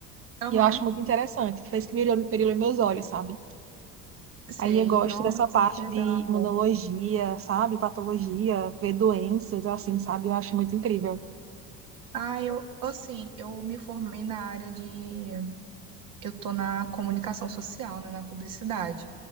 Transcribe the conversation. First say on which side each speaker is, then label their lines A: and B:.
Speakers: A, on the right; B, on the right.
A: Aham,
B: E eu acho muito interessante. Fez que brilhou, brilhou em meus olhos, sabe?
A: sei.
B: Aí eu gosto
A: Nossa,
B: dessa parte
A: que legal.
B: de imunologia, sabe? Patologia, ver doenças, assim, sabe? Eu acho muito incrível.
A: Ah, eu assim, eu me formei na área de eu tô na comunicação social, né, na publicidade.